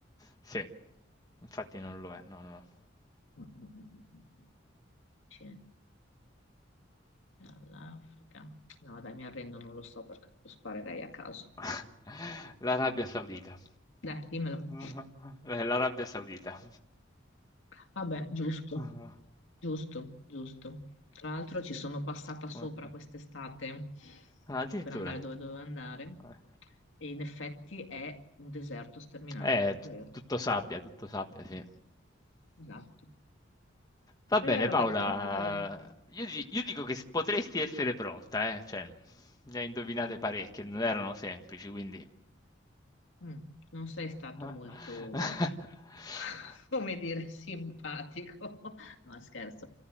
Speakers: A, on the left; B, on the left.
A: Sì, infatti non lo è, no, no.
B: Mm, mm, mm, mm. Vicino all'Africa. No, dai, mi arrendo, non lo so perché proprio sparerei a caso.
A: <laughs> L'Arabia Saudita.
B: Dai, dimmelo.
A: <laughs> Eh, L'Arabia Saudita.
B: Vabbè, giusto,
A: Ah.
B: giusto, giusto. Tra l'altro ci sono passata
A: Come-
B: sopra quest'estate
A: Ah, addirittura.
B: per andare dove dovevo andare
A: Eh.
B: e in effetti è un deserto sterminato,
A: Eh,
B: è
A: t-
B: vero,
A: tutto sabbia, tutto sabbia, sì.
B: esatto.
A: Va bene,
B: E vabbè,
A: Paola,
B: quindi
A: io, di- io dico che s- potresti essere pronta, eh? Cioè, ne hai indovinate parecchie, non erano semplici, quindi...
B: mm, non sei stato
A: <laughs>
B: molto, <laughs> come dire, simpatico. No, scherzo.